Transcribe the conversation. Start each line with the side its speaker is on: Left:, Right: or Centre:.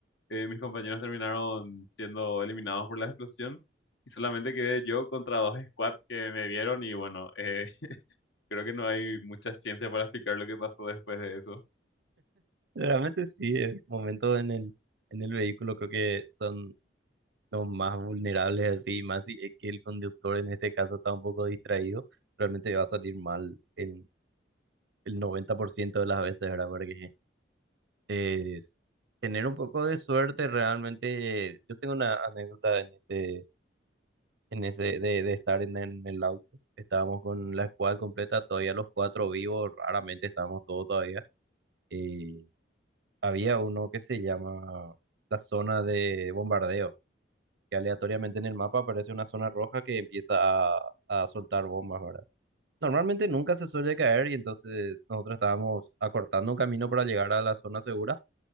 Left: eh, mis compañeros terminaron siendo eliminados por la explosión y solamente quedé yo contra dos squads que me vieron y bueno, eh, <laughs> creo que no hay mucha ciencia para explicar lo que pasó después de eso.
Right: Realmente sí, el momento en el, en el vehículo creo que son los más vulnerables así, más si es que el conductor en este caso está un poco distraído, realmente va a salir mal en el 90% de las veces, ¿verdad? Porque es tener un poco de suerte realmente, yo tengo una anécdota en ese, en ese, de, de estar en, en el auto, estábamos con la squad completa, todavía los cuatro vivos, raramente estábamos todos todavía, eh, Había uno que se llama la zona de bombardeo, que aleatoriamente en el mapa aparece una zona roja que empieza a, a soltar bombas, ¿verdad? Normalmente nunca se suele caer y entonces nosotros estábamos acortando un camino para llegar a la zona segura